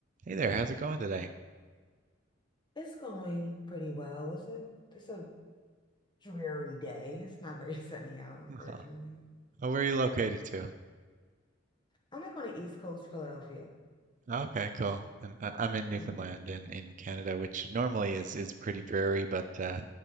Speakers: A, on the right; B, on the left.
A: Hey there, how's it going today?
B: It's going pretty well. It's a it's a dreary day. It's not very <laughs> sunny out, unfortunately.
A: Oh, oh, where are you located to?
B: I'm not going to East Coast Philadelphia.
A: Okay, cool. And uh, I'm in Newfoundland
B: hmm
A: in, in Canada, which normally is is pretty dreary, but uh,